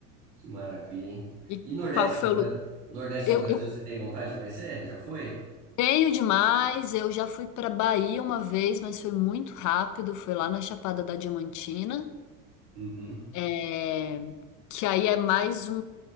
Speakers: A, on the right (about 75°); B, on the left (about 40°).
A: que maravilha, hein?
B: E
A: E Nordeste
B: qual que foi
A: do Brasil?
B: o lugar?
A: Nordeste
B: Eu,
A: do Brasil,
B: eu
A: você tem vontade de conhecer? Já foi?
B: tenho demais. Eu já fui pra Bahia uma vez, mas foi muito rápido. Foi lá na Chapada da Diamantina.
A: Uhum.
B: É, que aí é mais um,